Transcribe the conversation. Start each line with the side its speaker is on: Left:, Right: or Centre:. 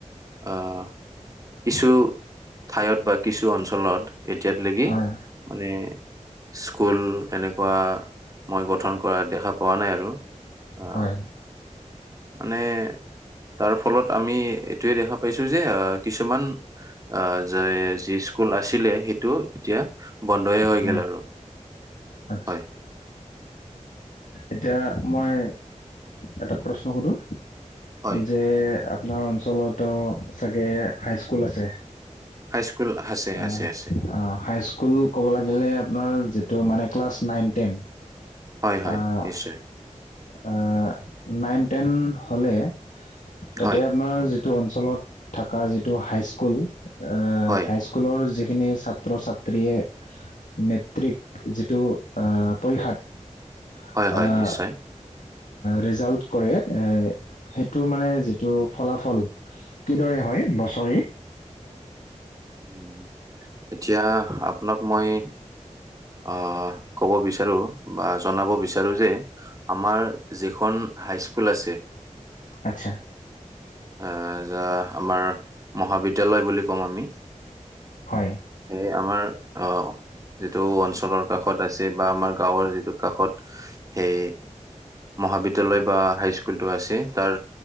Right: আহ কিছু ঠাইত বা কিছু অঞ্চলত এতিয়াল লৈকি
Left: হয়
Right: মানে স্কুল এনেকুৱা মই গঠন কৰা দেখা পোৱা নাই, আৰু আহ
Left: হয়।
Right: মানে তাৰ ফলত। আমি এইটোয়ে দেখা পাইছো যে। কিছুমান যে যি স্কুল আছিলে সেইটো এতিয়া। বন্ধয়ে হৈ
Left: হয়
Right: গ'ল আৰু
Left: আচ্ছা
Right: হয়।
Left: এতিয়া মই এটা প্ৰশ্ন সুধো
Right: হয়
Left: যে। আপোনাৰ অঞ্চলতো চাগে হাইস্কুল আছে।
Right: হাইস্কুল আছে
Left: অ,
Right: আছে আছে
Left: অ, হাই স্কুল ক'ব লাগিলে আপোনাৰ যিটো মানে ক্লাছ নাইন ন ট্ৰেন।
Right: হয় হয়
Left: আহ
Right: নিশ্চয়
Left: আহ। নাইন টেন হ'লে তাতে
Right: হয়
Left: আপোনাৰ যিটো। অঞ্চলত থকা যিটো হাইস্কুল
Right: হয়
Left: হাই্ যিখিনি ছাত্ৰ ছাত্ৰীয়ে মেট্ৰিক যিটো পৰীক্ষাত।
Right: হয়, হয়।
Left: আহ
Right: নিশ্চয়,
Left: ৰিজাল্ট কৰে, এ সেইটো মানে যিটো ফলাফল কিদৰে হয় বছৰি।
Right: উ এতিয়া আপোনাক মই। অ ক'ব বিচাৰো। বিচাৰো বা জনাব বিচাৰো যে আমাৰ যিখন। হাইস্কুল আছে।
Left: আচ্ছা
Right: এ যাৰ আমাৰ মহাবিদ্যালয় বুলি কওঁ আমি।
Left: হয়
Right: এই আমাৰ অ। যিটো অঞ্চলৰ কাষত আছে বা আমাৰ গাঁৱৰ যিটো কাষত সেই মহাবিদ্যালয় বা হাইস্কুলটো আছে তাৰ